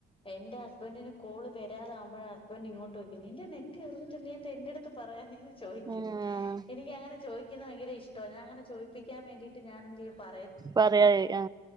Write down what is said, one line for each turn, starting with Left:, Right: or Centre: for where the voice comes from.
Left: എന്റെഹസ്ബന്റ്ന് കോൾ വരാതാകുമ്പോയ ഹസ്ബന്റ് ഇങ്ങോട്ട് യിക്കൂഉം നിന്റെനെറ്റ്ർന്ന്ട്ട് നീഎന്തഎ ന്റെഅടുത്ത് പറയാന്ന്ങ്ങനെ ചോയിക്കും.
Right: ആഹ്
Left: എനിക്കങ്ങനെ ചോയിക്കൂന്നെ ഭയങ്കഇഷ്ട ഞന ങ്ങനെ ചോയിപ്പിക്കാൻ വേണ്ടീട്ട് ഞാനെന്തെയും പറയും.
Right: പറയെ അ.